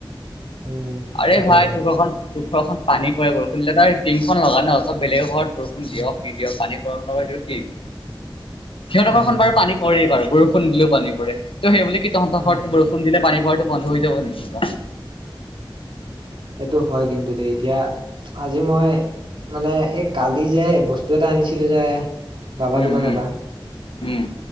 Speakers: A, on the right (about 70°); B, on the left (about 85°).
A: উম
B: আৰে
A: সেইটো
B: ভাই
A: হয়
B: তোৰ ঘৰখন, তোৰ ঘৰখন পানী পৰে বৰষুণ দিলে, তই টিংখন লগা ন? ত' বেলেগৰ ঘৰত বৰষুণ
A: উম
B: দিয়ক নিদিয়ক পানী পৰক নপৰক সেইটো কি সিহঁতৰ
A: উম
B: ঘৰখন বাৰু পানী পৰেই বাৰু। বৰষুণ দিলেও পানী পৰে। ত' সেইবুলি কি তহঁতৰ
A: অ
B: ঘৰত বৰষুণ দিলে পানী পৰাটো বন্ধ হৈ যাব নেকি কিবা।
A: সেইটো হয় কিন্তু দেই। এতিয়া আজি মই মানে এই কাল লি যে বস্তু এটা আনিছিলো যে বাবা
B: উম
A: দোকানৰ
B: উম
A: পৰা।
B: উম